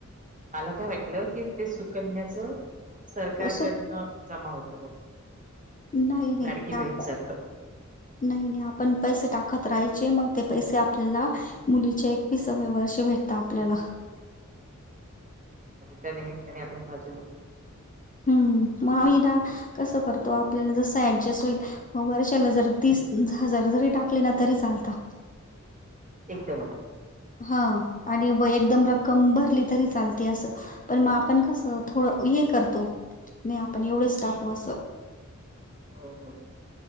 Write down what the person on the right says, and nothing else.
मला काय वाटलं की ते सुकन्याचं सरकारकडनं
जमा होत ग.
लाडकी बहिणसारखं
त्या निमित्ताने आपण बाजूला
एकदम
हम्म
हम्म.